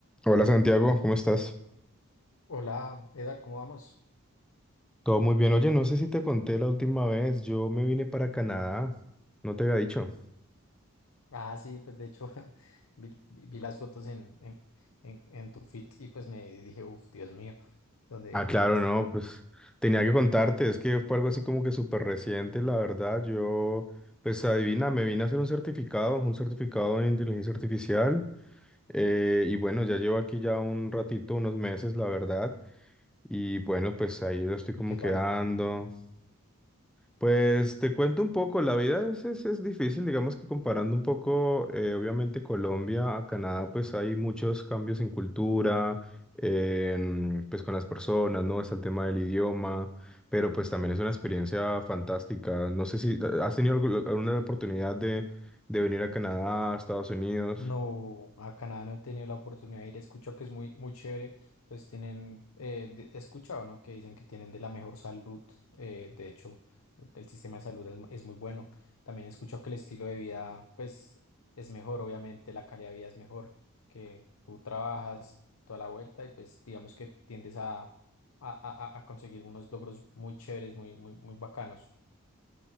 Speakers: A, in the centre; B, on the left.
A: Hola Santiago, ¿cómo estás?
B: Hola, Eda, ¿cómo vamos?
A: Todo muy bien. Oye, no sé si te conté la última vez, yo me vine para Canadá, no te había dicho.
B: Ah, sí, pues de hecho <laughs> vi, vi- vi las fotos en, en, en, en tu feed y pues me dije, uff, Dios mío, ¿dónde,
A: Ah, claro,
B: dónde está?
A: no, pues tenía que contarte, es que fue algo así como que súper reciente, la verdad. Yo, pues adivina, me vine a hacer un certificado, un certificado en inteligencia artificial. eh, y bueno, ya llevo aquí ya un ratito, unos meses, la verdad. Y bueno, pues ahí lo estoy
B: ¿Y
A: como
B: qué
A: quedando,
B: tal?
A: Pues te cuento un poco, la vida es, es, es difícil, digamos que comparando un poco, eh, obviamente Colombia a Canadá, pues hay muchos cambios en cultura, en, pues con las personas, ¿no? Está el tema del idioma, pero pues también es una experiencia fantástica. No sé si eh, has tenido algu- alguna oportunidad de, de venir a Canadá, a Estados Unidos.
B: No, a Canadá no he tenido la oportunidad de ir. He escuchado que es muy, muy chévere. Pues tienen, eh, de- he escuchado, ¿no? Que dicen que tienen de la mejor salud. eh, de hecho, el el sistema de salud es, mu- es muy bueno. También he escuchado que el estilo de vida, pues, es mejor, obviamente, la calidad de vida es mejor, que tú trabajas toda la vuelta y pues digamos que tiendes a, a, a- a conseguir unos logros muy chéveres, muy, muy, muy bacanos.